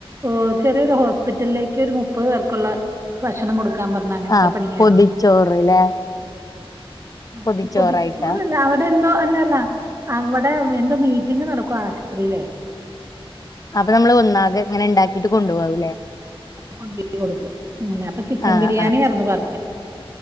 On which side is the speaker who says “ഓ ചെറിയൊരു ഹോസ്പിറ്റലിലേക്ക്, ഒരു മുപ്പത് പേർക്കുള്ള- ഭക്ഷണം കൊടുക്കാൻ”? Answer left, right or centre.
Right